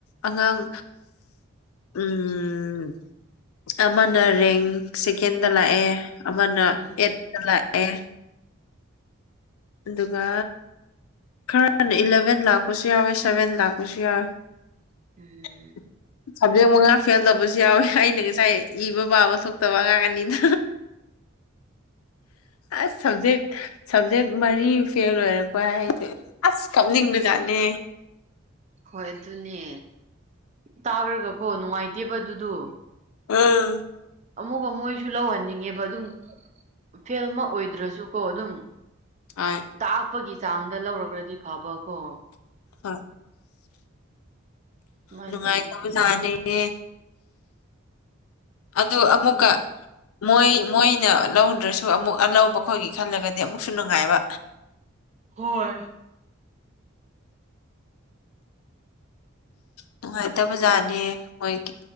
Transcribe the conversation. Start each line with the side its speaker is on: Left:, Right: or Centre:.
Left: ꯑꯉꯥꯡ ꯎꯝ ꯑꯃꯅ ꯔꯦꯡ ꯁꯦꯀꯦꯟꯗ ꯂꯥꯛꯑꯦ ꯑꯃꯅ
Right: ꯎꯝ
Left: ꯑꯩꯠꯇꯠꯇ ꯂꯥꯛꯑꯦ ꯑꯗꯨꯒ ꯈꯔꯅ ꯏꯂꯥꯚꯦꯟ ꯂꯥꯛꯄꯁꯨ ꯌꯥꯎꯋꯦ ꯁꯚꯦꯟ ꯂꯥꯛꯄꯁꯨ ꯌꯥꯎꯋꯦ
Right: ꯎꯝ
Left: <unintelligible> ꯁꯕꯖꯦꯛ ꯃꯉꯥ ꯐꯦꯜ ꯇꯧꯕꯁꯨ ꯌꯥꯎꯋꯦ ꯑꯩꯅ ꯉꯁꯥꯏ ꯏꯕ ꯄꯥꯕ ꯊꯣꯛꯇꯕ ꯑꯉꯥꯡ ꯑꯅꯤꯗꯣ ꯑꯁ ꯁꯕꯖꯦꯛ ꯁꯕꯖꯦꯛ ꯃꯔꯤ ꯐꯦꯜ ꯑꯣꯏꯔꯛꯄ ꯍꯩꯖꯦ ꯑꯁ ꯀꯥꯞꯅꯤꯡꯕꯖꯥꯠꯅꯦ
Right: ꯍꯣꯏ ꯑꯗꯨꯅꯦ ꯇꯥꯔꯔꯒꯀꯣ ꯅꯨꯡꯉꯥꯏꯇꯦꯕ ꯑꯗꯨꯗꯣ
Left: ꯑꯥ
Right: ꯑꯃꯨꯛꯀꯥ ꯃꯣꯏꯁꯨ ꯂꯧꯍꯟꯅꯤꯡꯉꯦꯕ ꯑꯗꯨꯝ ꯐꯦꯜ ꯑꯃ ꯑꯣꯏꯗ꯭ꯔꯁꯨꯀꯣ ꯑꯗꯨꯝ
Left: ꯑꯥꯏ
Right: ꯇꯥꯛꯄꯒꯤ ꯆꯥꯡꯗ ꯂꯧꯔꯒ꯭ꯔꯗꯤ ꯐꯕꯀꯣ
Left: ꯍꯣꯏ
Right: ꯑꯗꯨꯃꯥꯏꯅ
Left: ꯅꯨꯡꯉꯥꯏꯇꯕꯖꯥꯅꯤ
Right: ꯇꯧꯕꯅꯦ
Left: ꯑꯦ ꯑꯗꯨ ꯑꯃꯨꯛꯀꯥ
Right: ꯑꯩꯈꯣꯏ
Left: ꯃꯣꯏ ꯃꯣꯏꯅ ꯂꯧꯗ꯭ꯔꯁꯨ ꯑꯃꯨꯛ ꯑꯂꯧꯕ ꯈꯣꯏꯒꯤ ꯈꯜꯂꯒꯗꯤ ꯑꯃꯨꯛꯁꯨ ꯅꯨꯡꯉꯥꯏꯕ
Right: ꯍꯣꯏ
Left: ꯅꯨꯡꯉꯥꯏꯇꯕꯖꯥꯠꯅꯤ ꯃꯣꯏꯒꯤ